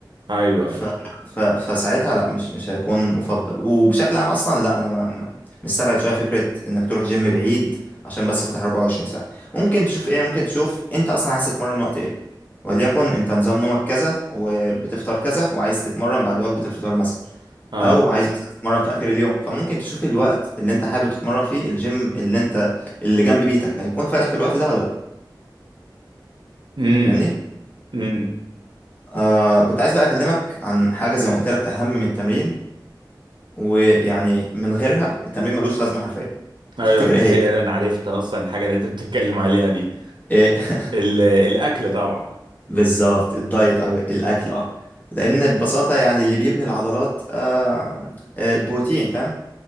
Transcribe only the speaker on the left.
ف...
ف... فساعتها لا مش مش هيكون مفضل وبشكل عام اصلا لا انا ما ما- مستبعد شويه فكره انك تروح جيم بعيد عشان بس فاتح 24 ساعه ممكن تشوف ايه ممكن تشوف انت اصلا عايز تتمرن وقت ايه وليكن انت نظام نومك كذا وبتفطر كذا وعايز تتمرن بعد وجبه الفطار مثلا
او عايز مثلا تتمرن في اخر اليوم فممكن تشوف الوقت اللي انت حابب تتمرن فيه الجيم اللي انت اللي جنب بيتك هيكون فاتح في الوقت ده ولا لا
فاهمني
آه كنت عايز بقى اكلمك عن حاجه زي ما قلت لك اهم من التمرين ويعني من غيرها التمرين ملوش لازمه حرفيا
تفتكر
ايه هي
إيه <laughs>
بالظبط الدايت
او الاكل اه لان ببساطه يعني اللي بيبني العضلات آه آه، البروتين فاهم